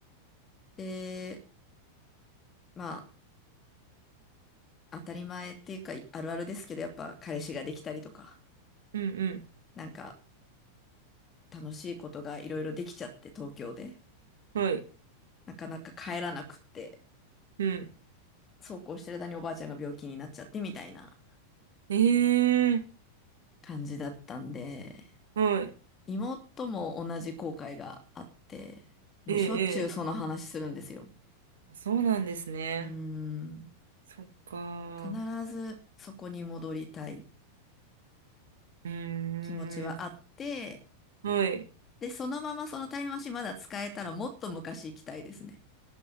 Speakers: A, on the left; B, on the right.
A: で、まあ、当たり前っていうか、あるあるですけど、やっぱ彼氏ができたりとか、
B: うんう
A: なんか楽しいことがいろいろできちゃって、東京で。
B: ん。はい。
A: なかなか帰らなくって。
B: うん。
A: そうこうしてる間におばあちゃんが病気になっちゃってみたいな
B: ええ
A: 感じだったんで、
B: はい。
A: 妹も同じ後悔があって、もうしょっちゅうその話するんですよ。
B: ええええあそうなんですね。
A: うーん。
B: そっか。
A: 必ずそこに戻りたい
B: うー
A: 気持ちはあって、
B: ん。はい。
A: で、そのままそのタイムマシンまだ使えたらもっと昔行きたいですね。